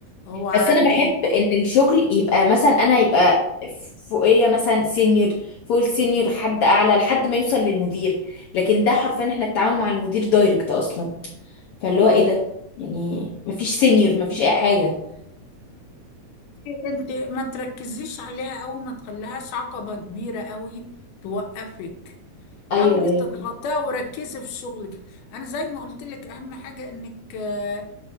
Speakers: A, on the left; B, on the left.
A: هو انت
B: بس انا بحب ان الشغل يبقى مثلا انا يبقى فوقيه مثلا سينيور فوق السينيور حد اعلى لحد ما يوصل للمدير لكن ده حرفيا احنا التعامل مع المدير دايركت اصلا فاللي هو ايه ده يعني مفيش سينيور مفيش اي حاجه
A: انت ما تركزيش عليها قوي ما تخليهاش عقبة كبيرة قوي توقفك حاولي
B: ايوه
A: تتغطيها
B: ايوه فاهمة.
A: وركزي في شغلك انا زي ما قلت لك اهم حاجة انك آه،